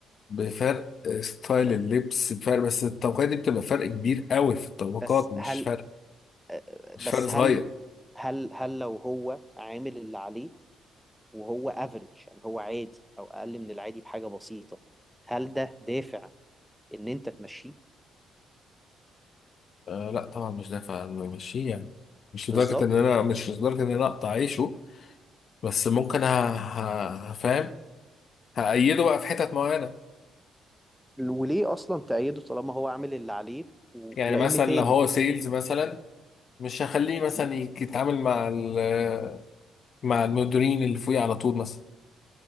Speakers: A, on the left; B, in the centre.
A: بفرق ستايل
B: طب
A: اللبس بفرق بس الطبقية دي بتبقى فرق كبير قوي في الطبقات
B: بس
A: مش
B: هل
A: فرق
B: آه،
A: مش
B: بس
A: فرق صغير
B: هل هل هل لو هو عامل اللي عليه وهو افريج يعني هو عادي او اقل من العادي بحاجة بسيطة هل ده دافع ان انت تمشيه
A: آه لا طبعا مش دافع إنه يمشيه يعني مش لدرجة
B: بالظبط
A: ان انا مش لدرجة ان انا اقطع عيشه بس ممكن ه- ه- هفهم هأيده بقى في حتت معينة
B: وليه اصلا تأيده طالما هو عامل اللي عليه و-
A: يعني
B: لان
A: مثلا
B: تاني
A: لو هو سيلز مثلا مش هخليه مثلا
B: م.
A: يك- يتعامل مع ال- مع المديرين اللي فوقيه على طول مثلا